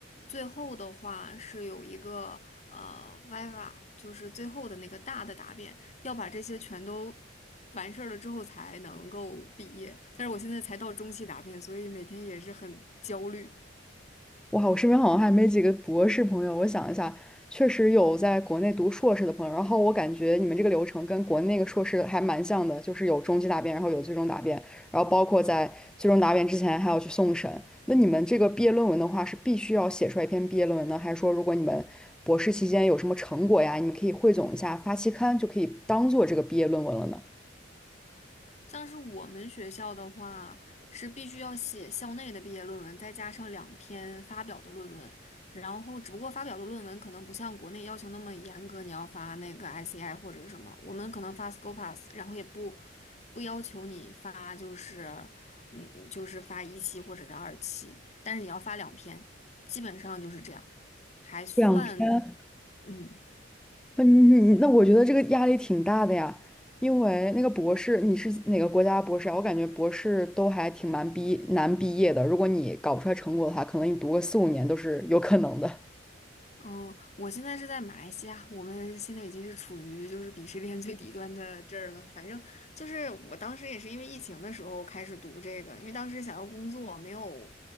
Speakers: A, on the left; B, in the centre.
A: 最后的话是有一个呃 viva，就是最后的那个大的答辩，要把这些全都完事儿了之后才能够毕业。但是我现在才到中期答辩，所以每天也是很焦虑。
B: 哇，我身边好像还没几个博士朋友。我想一下，确实有在国内读硕士的朋友。然后我感觉你们这个流程跟国内那个硕士还蛮像的，就是有中级答辩，然后有最终答辩，然后包括在最终答辩之前还要去送审。那你们这个毕业论文的话，是必须要写出来一篇毕业论文呢，还是说如果你们博士期间有什么成果呀，你们可以汇总一下发期刊，就可以当做这个毕业论文了呢？
A: 像是我们学校的话，是必须要写校内的毕业论文，再加上两篇发表的论文。然后，只不过发表的论文可能不像国内要求那么严格，你要发那个 ICI 或者是什么，我们可能发 Scopus，然后也不不要求你发，就是嗯，就是发一期或者是二期，但是你要发两篇，基本上就是这样，还算
B: 两篇，
A: 嗯。
B: 嗯，那我觉得这个压力挺大的呀，因为那个博士，你是哪个国家博士啊？我感觉博士都还挺蛮毕难毕业的，如果你搞不出来成果的话，可能你读个四五年都是有可能的。
A: 嗯，我现在是在马来西亚，我们现在已经是处于就是鄙视链最底端的这儿了。反正就是我当时也是因为疫情的时候开始读这个，因为当时想要工作，没有